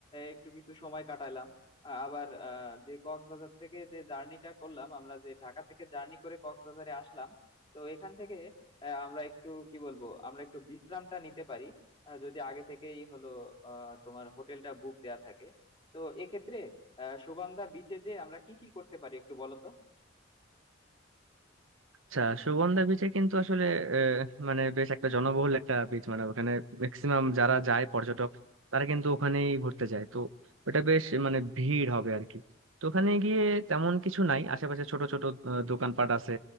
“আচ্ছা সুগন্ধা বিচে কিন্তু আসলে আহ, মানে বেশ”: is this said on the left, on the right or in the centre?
Right